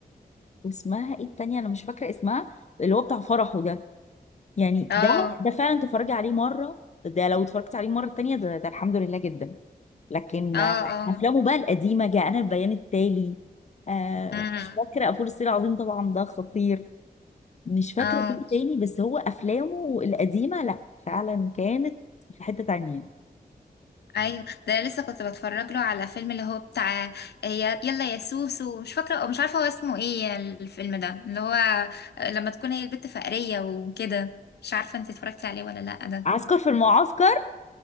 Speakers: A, on the left; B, on the left.
A: واسمها ايه التانية انا مش فاكرة اسمها اللي هو بتاع فرحه ده يعني
B: اه
A: ده ده فعلا تتفرجي عليه مرة ده لو اتفرجت عليه مرة تانية ده, ده الحمد لله جدا لكن
B: اه
A: آه،
B: اه
A: افلامه بقى القديمة جاء انا البيان التالي آه
B: امم
A: مش فاكرة فول الصين العظيم طبعا ده خطير مش فاكرة
B: اه
A: فيه تاني بس هو افلامه القديمة لا فعلا كانت في حتة تانية
B: ايوه ده أنا لسه كنت بتفرج له على فيلم اللي هو بتاع آه، يا- يلا يا سوسو مش فاكره مش عارفه هو اسمه ايه الفيلم ده اللي هو آه، لما تكون هي البت فقريه وكده مش عارفه انت اتفرجتي عليه ولا لا ده
A: عسكر في المعسكر